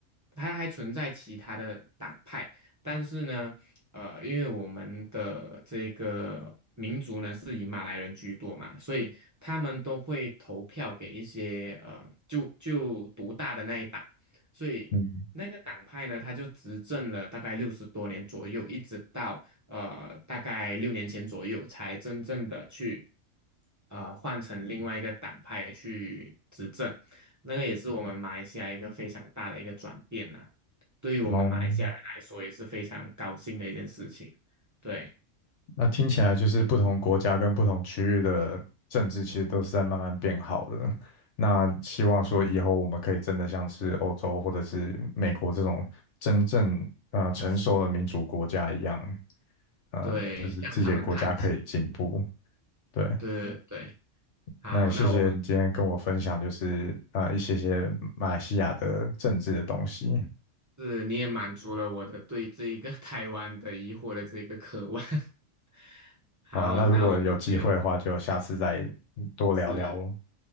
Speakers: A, on the right; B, on the left.
A: 它还存在其他的党派，但是呢。呃，因为我们的这个民族呢是以马来人居多嘛，所以他们都会投票给一些呃，就就独大的那一党，所以那个党派呢，
B: 嗯，
A: 他就执政了大概六十多年左右，一直到呃大概六年前左右才真正的去呃换成另外一个党派去执政，那个也是我们马来西亚一个非常大的一个转变呐、对于我们马来西亚人来说也是非常高兴的一件事情。
B: 哦。
A: 对，
B: 那听起来就是不同国家跟不同区域的政治其实都是在慢慢变好的。那希望说以后我们可以真的像是欧洲或者是美国这种真正呃成熟的民主国家一样，
A: 是，
B: 嗯，
A: 对，
B: 就是自己的国家可以进步。
A: 向他们看齐。
B: 对，
A: 对对，好，
B: 那也谢谢你今天跟我分享，
A: 那我们
B: 就是呃一些些马来西亚的政治的东西。
A: 是你也满足了我的对这一个 <laughs> 台湾的疑惑的这个渴望。<laughs> 好，
B: 好啊，那如果有机会的话，
A: 那我们就
B: 就下次再多聊聊咯。
A: 是